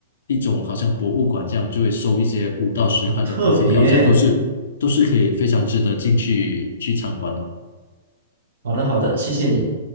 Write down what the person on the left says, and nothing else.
一种好像博物馆这样，就会收一些五到十块的那些票价，
都是都是可以非常值得进去去参观的。